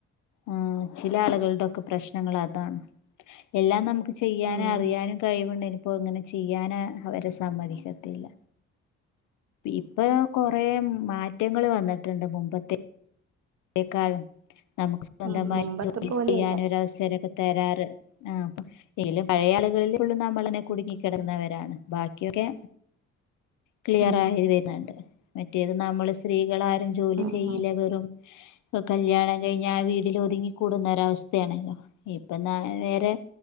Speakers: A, on the left; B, on the right.
A: ആ ചില ആളുകളുടെക്കെ പ്രശ്നങ്ങൾ അതാണ് എല്ലാം നമുക്ക് ഇപ്പ ചെയ്യാനും
B: ഉം
A: അറിയാനും കഴിവുണ്ട് ഇനിപ്പോ ഇങ്ങനെ ചെയ്യാന അവരെ സമ്മതിക്കത്തില്ല ഇപ്പൊ കൊറേ മാറ്റങ്ങൾ വന്നിട്ടുണ്ട് മുമ്പത്തെ ഇതിനേക്കാളും നമുക്ക് സ്വന്തമായി
B: ഉം മുമ്പത്തെ
A: ജോലി
B: പോലെയല്ല
A: ചെയ്യാാനൊരവസര തരാറ് ആ അ എങ്കിലും പഴയ ആളുകളിൽള്ളും നമ്മളന്നെ കുടുങ്ങിക്കിടക്കുന്നവരാണ് ബാക്കിയൊക്കെ ക്ലിയർ
B: ഉം
A: ആയിത് വരുന്നുണ്ട് മറ്റേത് നമ്മള് സ്ത്രീകൾ ആരും ജോലി
B: ഉം
A: ചെയ്യില്ല
B: ഉം
A: വെറും കല്യാണം കഴിഞ്ഞൽ ആ വീട്ടില് ഒതുങ്ങിക്കൂടുന്ന ഒരവസ്ഥയാണല്ലോ ഇപ്പൊ ന വേറെ